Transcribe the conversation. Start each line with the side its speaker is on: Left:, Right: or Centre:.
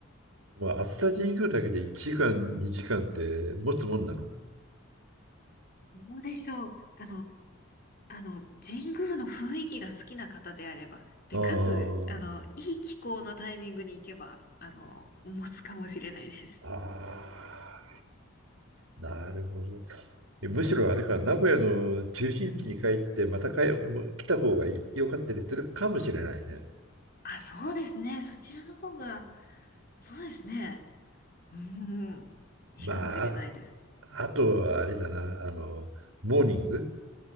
Right: まあ、熱田神宮だけで1時間、2時間って持つもんなの
Left: どうでしょう。あの、あの、神宮の雰囲気が好きな方であれば、で、
Right: ああ。
Left: かつ、あの、いい気候のタイミングに行けば、あの、持つかもしれないです。
Right: ああ、なるほど。えむしろあれか、名古屋の中心地に帰って、また帰、もう来た方が良かったりするかもしれないね。
Left: あ、そうですね。そちらの方が、そうですね。うん。いいかもしれないです。
Right: まあ、
Left: うん
Right: ああとはあれだな、あの、モーニング